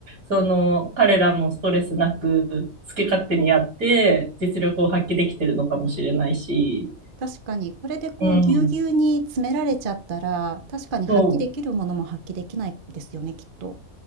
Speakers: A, on the right; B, on the right.
A: その、彼らもストレスなく、好き勝手にやって、実力を発揮できてるのかもしれないし、
B: 確かに、これでこう、
A: うん、
B: ぎゅうぎゅうに詰められちゃったら、確かに発揮できるものも発揮できないですよね、
A: そう。
B: きっと。